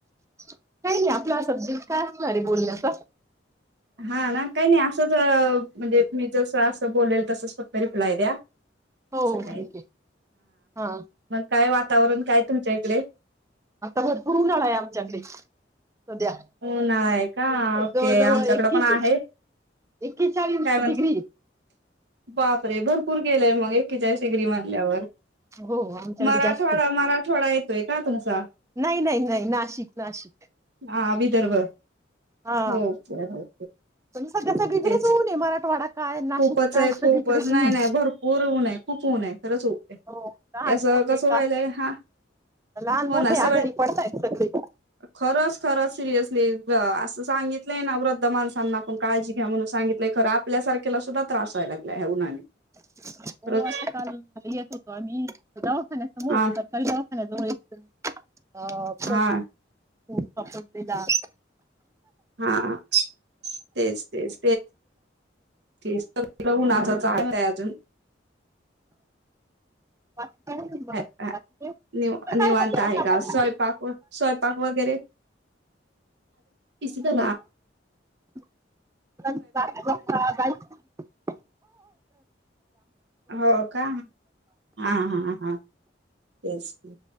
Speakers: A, on the right; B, on the right.
A: काही नाही आपला सबजेक्ट काय असणार आहे बोलण्याच.
B: हा ना काही नाही असंच म्हणजे मी जस अस बोलेल तसंच फक्त रिप्लाय द्या. असं
A: हो
B: काही
A: ठीक
B: नाही
A: आहे हा
B: मग काय वातावरण काय तुमच्या इकडे
A: आता भरपूर उन्हाळा हाय आमच्याकडे सध्या
B: उन्हाळा आहे का ओके
A: जवळजवळ
B: आमच्याकडे
A: एकेचे
B: पण आहे
A: एक्केचाळीस
B: काय म्हणता
A: डिग्री
B: बाप परे भरपूर गेलय मग एक्केचाळीस डिग्री म्हटल्यावर
A: हो आमच्याकडे
B: मराठवाडा
A: जास्त आहे.
B: मराठवाडा ये तोय का तुमचा
A: नाही नाही नाही नाशिक नाशिक
B: हा विदर्भ हो
A: हा
B: हो हो
A: पण सध्या सगळीकडेच
B: तेच
A: ऊन आहे मराठवाडा काय नाशिक
B: खूपच
A: काय
B: आहे खूपच
A: सगळीकडेच
B: नाही
A: ऊन
B: नाही भरपूर ऊन आहे खूप ऊन आहे खरंच खुप आहे ते
A: हो लहान
B: यास
A: मोठे
B: कस व्हायलाय
A: का
B: हा
A: लहान
B: हो
A: मोठे
B: ना
A: आजारी
B: सगळ
A: पडतायत सगळे.
B: खरचं खर सिरियसली असं सांगितलंय ना वृद्ध माणसांना आपण काळजी घ्या म्हणून सांगितलंय खरं आपल्यासार तेलासुध्दा त्रास व्हाय लागलाय या उन्हाने
A: हो
B: खरंच
A: असं काल येत होतो आम्ही त जऊ <unintelligible>
B: हा
A: <unintelligible> आफत
B: हा
A: खूप पकडलेला
B: हा तेच तेच तेच तर तुला ऊनाच चालताय अजून
A: <unintelligible>
B: हाय
A: बाकी काय
B: निव निवांत
A: काय सध्या
B: आहे
A: उन्हात
B: का स्वयंपाक स्वयंपाक वगैरे इस तर
A: <unintelligible>
B: हो का हा हा हा तेच